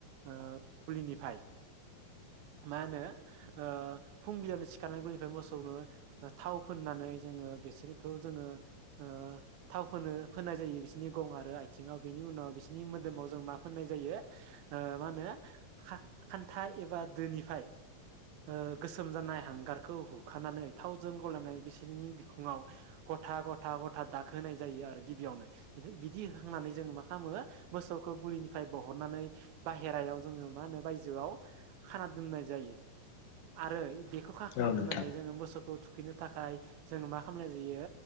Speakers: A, on the right; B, on the left.
A: ओ गुलिनिफाय
B: <inaudible>
A: मा होनो ओ फुंबिलियावनो सिखारना गुलिनिफ्राय मोसौनो थाव फोननानै जोङो बिसोरखौ जोङो ओ थाव फोनो फोननाय जायो बिसोरनि गं आरो आइथिङाव। बेनि उनाव बि सिनि मोदोमाव जों मा फोननाय ओ मा होनो खात खानथा एबा दोनि फाय ओ गोसोम जानाय हांगारखौ हुखानानै थावजों गलायनाय बिसोरनि बिखुङाव ग था गथा गथा दाग होनाय जायो आरो गिबियावनो। ओमफाय बिदि होखांनानै जोङो मा खामो मोसौखौ गलिनिफाय बहननानै बाहेरायाव जोङो मा होनो बायजोआव खाना दोननाय जायो आरो बेखौ खाखांना
B: औ
A: दोननानै
B: नोंथां
A: जोङो मोसौखौ थु खैनो थाखाय जोङो मा खामनाय जायो